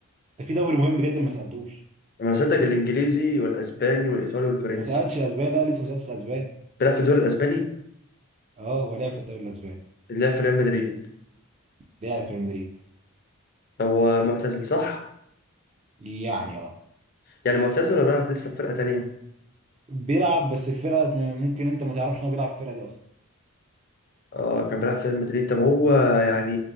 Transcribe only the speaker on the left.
أنا سألتك الإنجليزي والأسباني والإيطالي والفرنسي
بيلعب في الدوري الأسباني
اللي لعب في ريال مدريد
هو معتزل صح؟
يعني معتزل ولا بيلعب لسه في فرقة تانية؟
اه كان بيلعب في ريال مدريد طب هو يعني